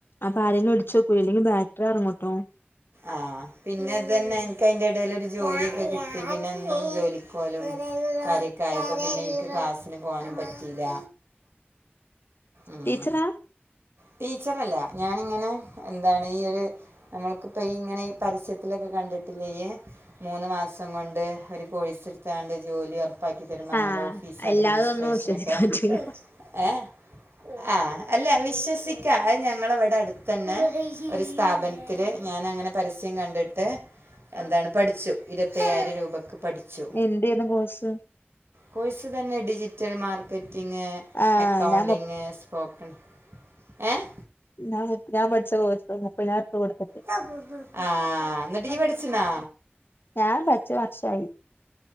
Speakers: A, on the left; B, on the right.
A: അപ്പൊ ആരെന്നു ഒളിച്ചോക്കൂ അല്ലെങ്കിൽ ബാറ്ററി എറങ്ങോട്ടോ
B: ആഹ് പിന്നെ അത് തന്നെ എനിക്ക് അതിന്റെ എടേലൊരു ജോലിയൊക്കെ കിട്ടി പിന്നെന്നും ജോലി പോവലും കാര്യോക്കായപ്പോ പിന്നെ എനിക്ക് ക്ലാസ്സിന് പോകാനും പറ്റിയില്ല ഉം.
A: ടീച്ചറാ
B: ടീച്ചറല്ല ഞാനിങ്ങനെ എന്താണ് ഈയൊരു നമ്മൾക്കിപ്പ ഈ ഇങ്ങനെ ഈ പരസ്യത്തിലൊക്കെ കണ്ടിട്ടില്ലേ ഈയ് മൂന്ന് മാസം കൊണ്ട് ഒരു കോഴസെടുത്താണ്ട് ജോലി ഒറ പ്പാക്കി തരും പറഞ്ഞാണ്ട്
A: ആഹ്
B: ഓഫീസ് അഡ്മിനിസ്ട്രേഷനൊക്കെ
A: എല്ലാതൊന്നും വിശ്വസിക്കാൻ പറ്റൂല
B: ഏഹ് ആഹ് അല്ല വിശ്വസ് നിക്ക. അഹ് ഞങ്ങളവിടട്ത്ത തന്നെ ഒരു സ്ഥാപനത്തില് ഞാനങ്ങനെ പരസ്യം കണ്ടിട്ട് എന്താണ് പഠിച്ചു. ഇരുവത്തയ്യായിരം രൂപക്ക് പഠിച്ചു
A: എന്തേന്നു കോഴ്സ്
B: കോയ്സ്തന്നെ ഡിജിറ്റൽ മാർക്കറ്റിംഗ്
A: ആഹ്
B: അക്കൗണ്ടിങ്
A: ഞാൻ
B: സ്പോക്കൺ- ഏഹ്
A: ഞാന് ഞാൻ പഠ്ച്ച കോഴ്സ്. മുപ്പയ്നായിരുർപ്യ കൊട്ത്ത്‌ട്ട്
B: കമ്പ്യൂട്ടർ ആഹ് ന്നട്ട് ഇയ്യ്‌ പഠ്ച്ച്ന്നാ
A: ഞാൻ കൊർച്ച് വർഷായി